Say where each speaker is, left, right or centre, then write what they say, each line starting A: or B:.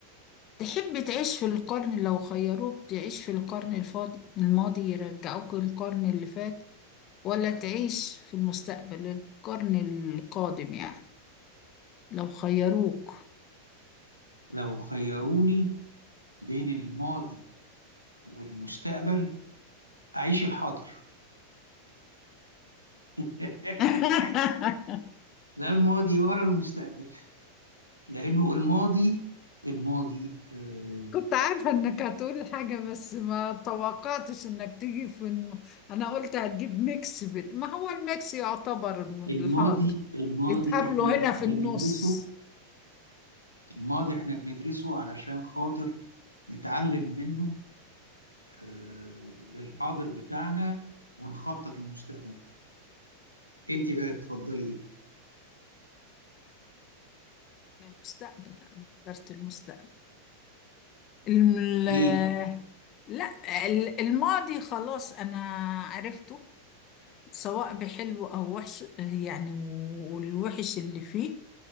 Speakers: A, on the left; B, on the left.
A: تحب تعيش في القرن لو خيروك تعيش في القرن الفاضي الماضي يرجعوك للقرن اللي فات ولا تعيش في المستقبل القرن القادم يعني لو خيروك
B: لو خيروني بين الماضي والمستقبل أعيش الحاضر <laughs>
A: <laughs>
B: لا الماضي ولا المستقبل لأنه الماضي الماضي آه
A: كنت عارفة انك هتقول حاجة بس ما توقعتش انك تيجي في الم... انا قلت هتجيب ميكس بين ما هو الميكس يعتبر الم-
B: الماضي
A: الحاضر
B: الماضي
A: اتقابلوا
B: احنا
A: هنا في
B: بندرسه
A: النص
B: الماضي احنا بندرسه علشان خاطر نتعلم منه آه للحاضر بتاعنا ونخطط للمستقبل انت بقى تفضلي ايه
A: المستقبل انا اخترت المستقبل الم...
B: ليه
A: لا ال- الماضي خلاص انا عرفته سواء بحلو او وحش يعني والوحش اللي فيه